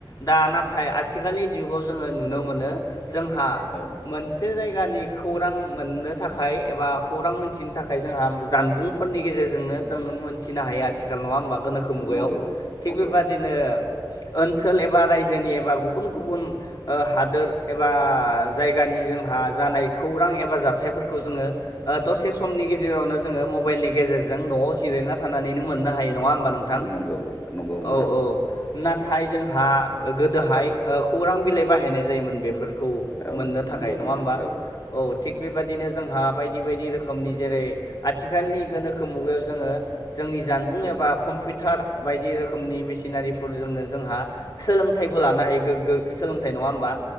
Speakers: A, on the left; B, on the left.
A: दा
B: औ
A: ना आथिखालनि जुगाव जोङो नुनो मोनो जोंहा
B: औ
A: मोनसे जायगानि खौरां मोननो थाखाय एबा खौरां मोनथिनो थाखाय जोंहा जानबुंफोरनि गेजेरजोंनो जोङो मोनथिनो हायो आथिखाल नङा होमबा गोनोखो मुगायाव
B: नंगौ
A: थिग
B: नंगौ
A: बेबादिनो ओनसोल एबा रायजोनि एबा गुबुन गुबुन हादोर एबा जायगानि जोंहा जानाय खौरां एबा जाथायफोरखौ जोङो दसे समनि गेजेरावनो जोङो मबाइलनि गेजेरजों न'आव जिरायना थानानैनो मोननो हायो नङा हबा नोंथां
B: नंगौ नोंथां नंगौ
A: औ
B: नोंथां
A: औ नाथाय
B: औ
A: जोंहा गोदोहाय खौरां बिलाइ बाहायनाय जायोमोन बेफोरखौ खौ
B: औ
A: मोननो थाखाय
B: नंगौ
A: नङा
B: नोंथां
A: हबा
B: औ
A: औ थिग बेबदिनो जोंहा बायदि बायदि रोखोमनि जेरै आथिखालनि गोनोखो मुगायाव जोङो जोंनि जानबुं एबा कम्पिउटार बायदि रोखोमनि मन नफोरजोंनो जोंहा सोलोंथाइबो लानो हायो गोग्गो सोलोंथाइ नङा हबा